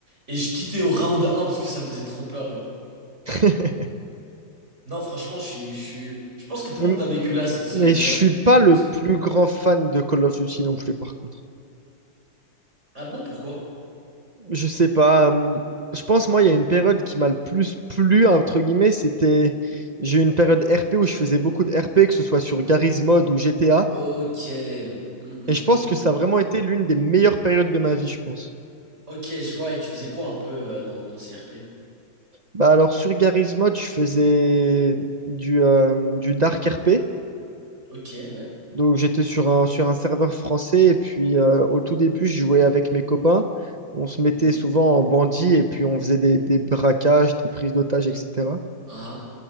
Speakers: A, on the right (about 35°); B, on the right (about 55°).
A: et je quittais au round un parce que ça me faisait trop peur, genre.
B: <laughs>
A: Non, franchement, je suis, je suis- je pense que tout
B: Et
A: le
B: m-
A: monde l'a vécu là, ce-
B: Mais je
A: l'a
B: suis
A: vécu.
B: pas
A: ce-
B: le
A: ce-
B: plus grand fan de Call of Duty non plus, par contre.
A: Ah bon, pourquoi?
B: Je sais pas. euh, Je pense, moi, il y a une période qui m'a le plus plu, entre guillemets, c'était... J'ai eu une période RP où je faisais beaucoup de RP, que ce soit sur Garry's Mod ou GTA.
A: Ok. Hum, hum,
B: Et je
A: hum,
B: pense
A: hum,
B: que ça a vraiment
A: hum.
B: été l'une des meilleures périodes de ma vie, je pense.
A: Ok, je vois. Et tu faisais quoi un peu euh, dans, dans ces RP?
B: Bah alors, sur Garry's Mod, je faisais du, euh, du Dark RP.
A: Ok, ouais.
B: Donc j'étais sur un, sur un serveur français et puis euh, au tout début, je jouais avec mes copains. On se mettait
A: Mhm.
B: souvent en bandit et puis on faisait des, des braquages, des prises d'otages, etc.
A: Ah ah.